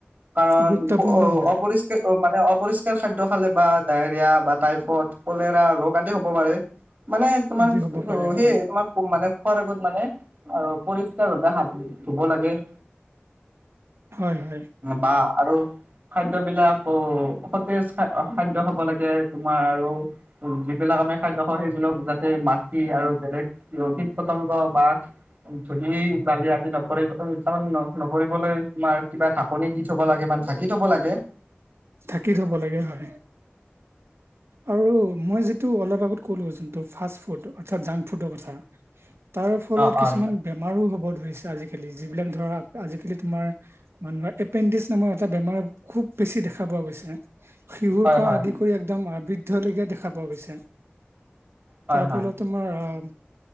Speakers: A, on the right; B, on the right.
A: কাৰণ
B: গুৰুত্বপূৰ্ণ হয়
A: অপৰিষ্কাৰ মানে অপৰিষ্কাৰ খাদ্য খালে বা ডায়েৰিয়া বা টাইফড কলেৰা ৰোগ আদি হ'ব পাৰে মানে তোমাৰ
B: আজি
A: সুধি
B: হ'ব পাৰে হয়
A: তোমাৰ মানে খোৱাৰ আগত মানে পৰিষ্কাৰ ভাবে হাত ধুব লাগে
B: হয় হয়
A: বা আৰু খাদ্য‌ বিলাক সতেজ খাদ্য খাব লাগে তোমাৰ আৰু যিবিলাক আমি খাদ্য খাওঁ সেইবিলাক যাতে মাটি আৰু বেলেগ কীট পতংগ বা ধুলি বালি আদি নপৰি তাৰমান নপৰিবলৈ তোমাৰ কিবা ঢাকনি দি থব লাগে মানে ঢাকি থব লাগে
B: থাটি লব লাগে হয় আৰু মই যিটো অলপ আগত ক'লো যোনটো ফাচ‌ট ফোটো অৰ্থাৎ জাংক ফোটোৰ কথা তাৰ ফলত
A: অ
B: কিছুমান
A: অ
B: বেমাৰো হ'ব ধৰিছে আজিকালি যিবিলাক ধৰা আজিকালি তোমাৰ মানুহৰ এপেনডিকস নামৰ এটা বেমাৰ খুব বেছি দেখা পোৱা গৈছে শিশুৰ
A: হয়
B: পৰা
A: হয়
B: আদি কৰি একদম আবৃদ্ধলৈকে দেখা পোৱা গৈছে
A: হয়
B: তাৰপল
A: হয়
B: তোমাৰ আহ